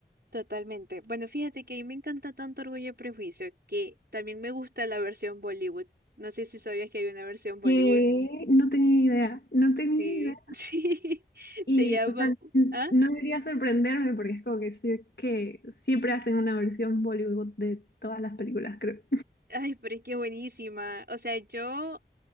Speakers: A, on the right; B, on the left.
A: Totalmente. Bueno, fíjate que a mí me encanta tanto Orgullo y Prejuicio que también me gusta la versión Bollywood. No sé si sabías que hay una versión Bollywood.
B: Que No tenía idea, no tenía
A: Sí, <laughs> sí. Se
B: Y,
A: llama...
B: o sea, n-
A: ¿Ah?
B: no debería sorprenderme porque es como que, sí- que siempre hacen una versión Bollywood de todas las películas, creo.
A: Ay, pero es que buenísima. O sea, yo,